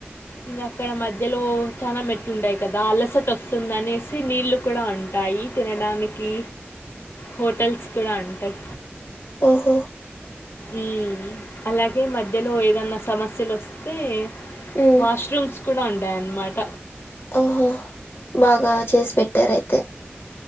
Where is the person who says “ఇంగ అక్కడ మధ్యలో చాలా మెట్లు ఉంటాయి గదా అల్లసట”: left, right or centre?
Left